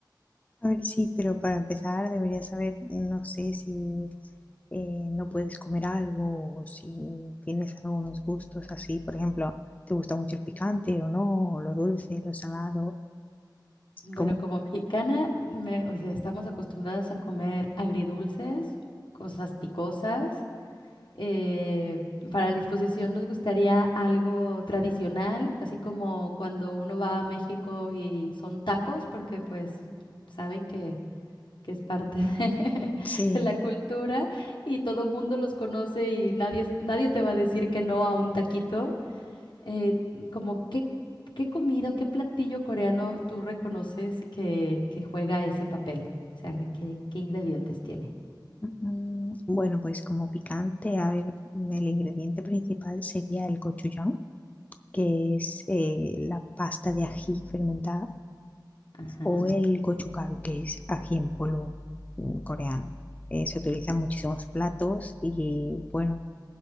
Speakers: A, on the left; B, on the left.
A: A ver, sí, pero para empezar deberías saber, no sé si eh, no puedes comer algo o si tienes algunos gustos así. Por ejemplo, ¿te gusta mucho el picante o no? O lo dulce, lo salado.
B: Bueno,
A: ¿Cómo?
B: como mexicana, me- o sea, estamos acostumbradas a comer agridulces, cosas picosas. Eh, para la exposición nos gustaría algo tradicional, así como cuando uno va a México y son tacos, porque pues saben que que es parte de,
A: sí.
B: <laughs> de la cultura y todo el mundo los conoce y nadie, es- nadie te va a decir que no a un taquito. Eh, como, ¿qué, qué comida o qué platillo coreano tú reconoces que, que juega ese papel? O sea, ¿qué, qué ingredientes tiene?
A: Mm, Bueno, pues como picante, a ver, el ingrediente principal sería el gochujang, que es eh, la pasta de ají fermentada.
B: Ajá.
A: O el gochugaru, que es ají en polvo mm, coreano. Eh, se utilizan muchísimos platos y bueno,